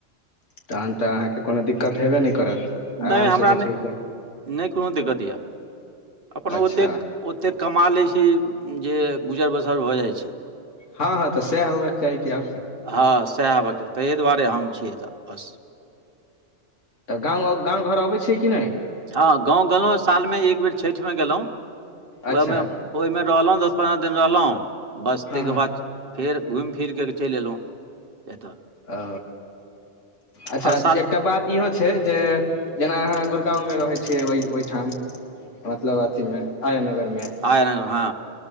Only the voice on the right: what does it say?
नहि हमरा
नहि
नहि कोनो दिक्कत यए अपन
ओतेक ओतेक कमा लै छी जे गुजर बसर भऽ जाइ छै
हँ सएह हेबाक चा ताहि दुआरे हम छियै त बस
हँ गाव गेलहुँ साल में एक बेर छठि मे गेलहुँ
ओएहि मे ओहिमे रहलहुँ दस पन्द्रह दिन रहलहुँ बस
ताहिके
बाद फेर घुमि फिरि कऽ चलि अयलहुँ एतय
हर साल
आया नगर हँ